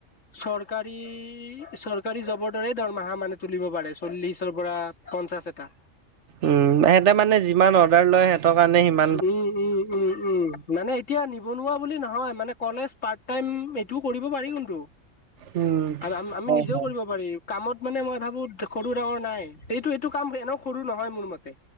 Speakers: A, on the left (about 70°); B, on the right (about 65°).
A: চৰকাৰী চৰকাৰী জবৰ দৰে দৰমাহা মানে তুলিব পাৰে চল্লিশৰ পৰা। পঞ্চাছ এটা।
B: উম সিহঁতে মানে যিমান অৰ্ডাৰ লয় সেহ। ত কাৰণে সীমা।
A: উম উম। উম উম মানে এতিয়া নিবনুৱা বুলি নহয় মানে কলেজ পাৰ্ট টাইম এইটোও কৰিব পাৰি কোনটো।
B: উম,
A: আৰু আ আমি
B: হয়
A: নিজেও
B: হয়।
A: কৰিব পাৰিম। কামত মানে মই ভাবো সৰু ডাঙৰ নাই এইটো এইটো কাম এনেও সৰু নহয় মোৰ মতে।